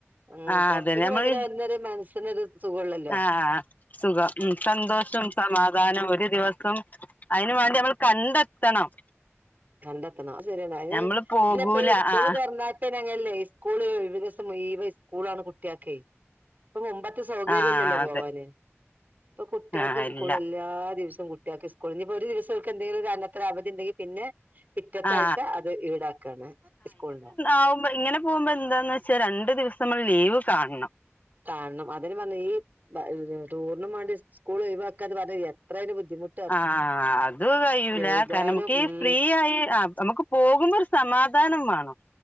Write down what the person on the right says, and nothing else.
ഉം
പുറത്തേക്ക്
<unintelligible> മനസ്സിനൊരു സുഖവൂള്ളല്ലോ
കണ്ടെത്തണം ആ ശരിയണ്ട
നീ എപ്പോഴും സ്കൂൾ
തുറന്നാ അങ്ങനല്ലേ സ്കൂള് ഒയിവ് സം മുയുവൻ സ്കൂള ആണ് കുട്ടിയക്കെ ഇപ്പൊ മുമ്പത്തെ സൗകര്യം
ഇല്ലല്ലോ പോവാന്
ഇപ്പൊ കുട്ടികക്ക്
സ്കൂൾ
എല്ലാ ദിവസവും കുട്ടിയക്കി സ് കുളിഞ്ഞപ്പോ ഒരു ദിവസൊക്കെ എന്തെങ്കിലൊരു അവധിണ്ടങ്കി പിന്നെ പിറ്റത്ത
ആഴ്ച്ച അത് ഈടാക്കാണ് സ്കൂള്ണ്ടാവും.
കാണണം. അതിനും വന്ന് ഈ ഈഹ് ടൂറിനും വേണ്ടി സ്കൂള് ഒഴിവാക്ക്വാ അത് എത്രേലും ബുദ്ധിമുട്
എഴുതാനും
ഉം